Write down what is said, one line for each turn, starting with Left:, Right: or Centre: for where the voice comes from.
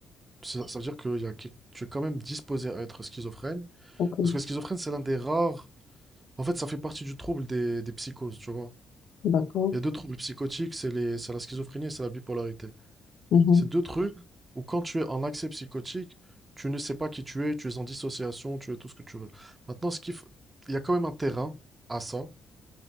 Right: Ça, ça veut dire que y a... quel- tu es quand même disposé à être schizophrène.
Left: ok,
Right: Parce que la schizophrène, c'est l'un des rares... En fait, ça fait partie du trouble des, des psychoses, tu vois.
Left: d'accord.
Right: Il y a deux troubles psychotiques, c'est les... c'est la schizophrénie et c'est la bipolarité.
Left: Mhm.
Right: C'est deux trucs où quand tu es en accès psychotique, tu ne sais pas qui tu es, tu es en dissociation, tu es tout ce que tu veux. Maintenant, ce qu'il f- il y a quand même un terrain à ça.